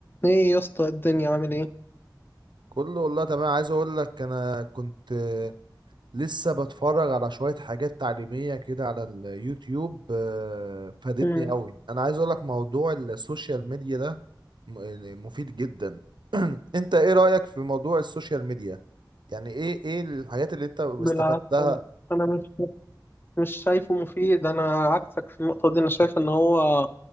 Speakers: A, on the left; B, on the right.
A: ايه يا اسطى الدنيا عامل ايه
B: كله والله تمام عايز اقول لك انا كنت آه، لسه بتفرج على شوية حاجات تعليمية كده على اليوتيوب آه، فادتني
A: مم.
B: قوي انا عايز اقول لك موضوع السوشيال ميديا ده م- آه، مفيد جدا <clears throat> انت ايه رأيك في موضوع السوشيال ميديا يعني ايه ايه الحاجات اللي انت
A: بالعكس
B: استفدتها
A: انا انا مش مش شايفه مفيد انا عكسك في النقطه دي انا شايف ان هو